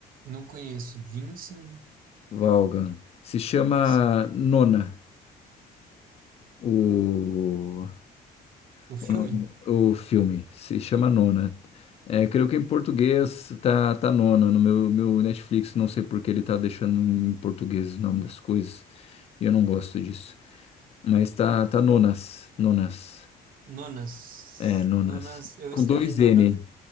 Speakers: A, on the right; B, on the left.
A: Não conheço. Vincent,
B: Vaughan. Se chama
A: Vincent.
B: Nona. O...
A: O filme?
B: O nome- o filme se chama Nona. É, creio que em português tá, tá Nona no meu, meu Netflix. Não sei por que ele tá deixando em português o nome das coisas. E eu não gosto disso. Mas tá, tá Nonas. Nonas.
A: Nonas.
B: É, Nonas.
A: Nonas, eu
B: Com
A: escrevi
B: dois
A: Nona,
B: N.